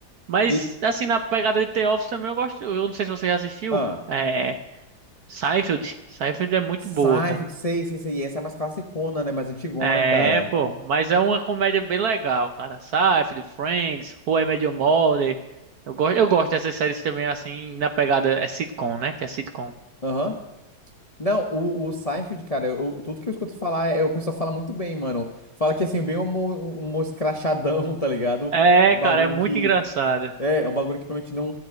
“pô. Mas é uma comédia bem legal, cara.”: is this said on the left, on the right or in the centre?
Right